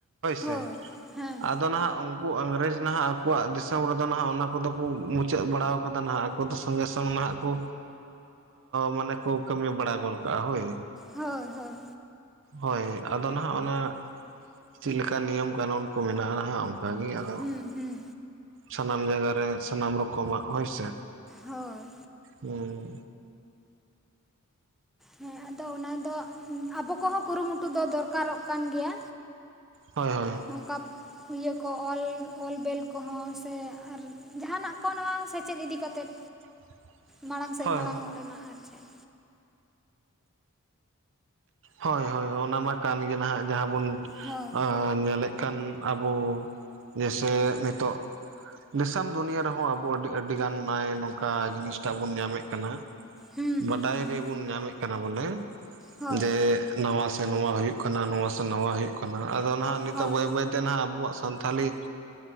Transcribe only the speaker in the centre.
ᱦᱳᱭ ᱦᱮᱸ
ᱦᱳᱭ ᱦᱳᱭ
ᱦᱩᱸ ᱦᱩᱸ
ᱦᱳᱭ
ᱦᱮᱸ ᱟᱫᱚ ᱚᱱᱟ ᱫᱚ ᱟᱵᱚ ᱠᱚᱦᱚᱸ ᱠᱩᱨᱩᱢᱩᱴᱩ ᱫᱚ ᱫᱚᱨᱠᱟᱨᱚᱜ ᱠᱟᱱ ᱜᱮᱭᱟ᱾
ᱚᱝᱠᱟᱯ <unintelligible> ᱤᱭᱟᱹ ᱠᱚ ᱚᱞ ᱚᱞ ᱵᱮᱞ ᱠᱚᱦᱚᱸ ᱥᱮ ᱟᱨ ᱡᱟᱦᱟᱱᱟᱜ ᱠᱚ ᱱᱚᱣᱟ ᱥᱮᱪᱮᱫ ᱤᱫᱤ ᱠᱟᱛᱮᱮᱫ
ᱢᱟᱲᱟᱝ ᱥᱮᱫ
ᱢᱟᱲᱟᱝᱚᱜ ᱨᱮᱱᱟᱜ ᱟᱨ ᱪᱮᱫ
ᱦᱳᱭ
ᱦᱩᱸ ᱦᱩᱸ
ᱦᱩᱸ
ᱦᱳᱭ
ᱦᱳᱭ